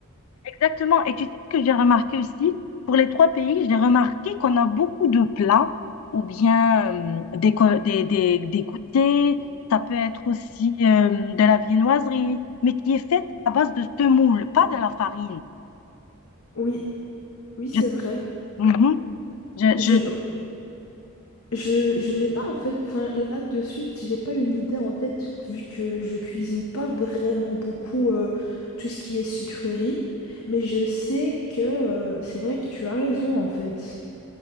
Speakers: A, on the left; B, on the left.
A: Exactement. Et tu sais ce que j'ai remarqué aussi? Pour les trois pays, j'ai remarqué qu'on a beaucoup de plats ou bien euh, des, co- des, des, des goûters. Ça peut être aussi euh, de la viennoiserie, mais qui est faite à base de semoule, pas de la farine.
B: Oui, oui, c'est
A: Je,
B: vrai.
A: Mhm. Je,
B: Je,
A: je,
B: je, je n'ai pas en fait, enfin là de suite, j'ai pas une idée en tête vu que je cuisine pas vraiment beaucoup euh, tout ce qui est sucrerie, mais je sais que euh, c'est vrai que tu as raison en fait.